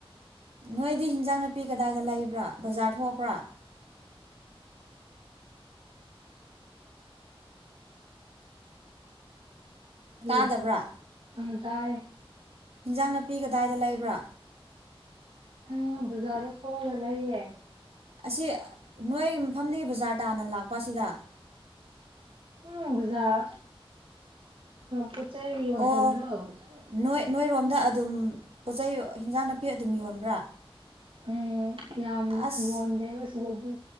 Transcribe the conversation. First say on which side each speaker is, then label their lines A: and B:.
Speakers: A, on the right (about 80°); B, on the right (about 60°).
A: ꯅꯣꯏꯗꯤ ꯍꯤꯟꯖꯥꯡ ꯅꯥꯄꯤ ꯀꯗꯥꯏꯗ ꯂꯩꯕ꯭ꯔꯥ ꯕꯖꯥꯔ ꯊꯣꯛꯄ꯭ꯔꯥ ꯫
B: ꯔꯤ
A: ꯇꯥꯗꯕ꯭ꯔꯥ
B: ꯎꯝ ꯇꯥꯏꯌꯦ ꯫
A: ꯍꯤꯟꯖꯥꯡ ꯅꯥꯄꯤ ꯀꯗꯥꯏꯗ ꯂꯩꯕ꯭ꯔꯥ ꯫
B: ꯑ ꯕꯖꯥꯔꯗ ꯊꯣꯛꯑꯒ ꯂꯩꯌꯦ ꯫
A: ꯑꯁꯤ ꯅꯣꯏ ꯃꯐꯝꯗꯒꯤ ꯕꯖꯥꯔ ꯇꯥꯟꯅ ꯂꯥꯛꯄ ꯑꯁꯤꯗ ꯫
B: ꯍꯨꯝ ꯕꯖꯥꯔ ꯄꯣꯠꯆꯩ ꯌꯣꯟꯐꯝꯗꯣ
A: ꯑꯣ
B: ꯫
A: ꯅꯣꯏ ꯅꯣꯏꯔꯣꯝꯗ ꯑꯗꯨꯝ ꯄꯣꯠ ꯆꯩꯩ ꯍꯤꯟꯖꯥꯡ ꯅꯥꯄꯤ ꯑꯗꯨꯝ ꯌꯣꯟꯕ꯭ꯔꯥ ꯫
B: ꯎꯝ ꯌꯥꯝ
A: ꯑꯁ
B: ꯌꯣꯟꯗꯦꯕ ꯁꯤꯗꯗꯤ